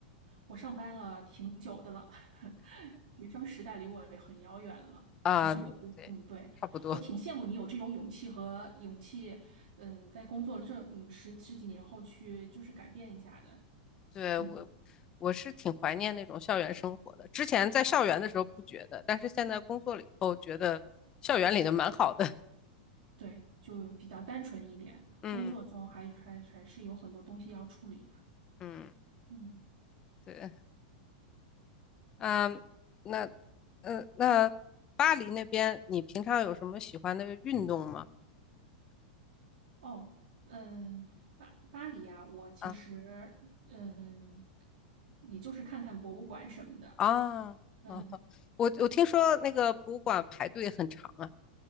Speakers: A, on the right (about 75°); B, on the left (about 15°).
A: 我上班了挺久的了，<laughs> 学生时代离我也很遥远了。
B: 啊？
A: 其实我就，
B: 对，
A: 嗯，对，
B: <laughs> 差不多。
A: 我挺羡慕你有这种勇气和勇气，嗯、在工作了这嗯十十几年后去就是改变一下的，
B: 对，
A: 嗯，
B: 我我是挺怀念那种校园生活的。之前在校园的时候不觉得，但是现在工作了以后，觉得校园里的蛮好的。<laughs>
A: 对，就比较单纯一点。
B: 嗯
A: 工作中还还还是有很多东西要处理的，
B: 嗯，
A: 嗯，
B: 对，嗯，那呃那巴黎那边，你平常有什么喜欢的运动吗？
A: 哦，嗯，巴巴黎啊，我其实嗯，
B: 啊
A: 也就是看看博物馆什么的。
B: 啊啊！
A: 嗯，
B: 我我听说那个博物馆排队很长啊。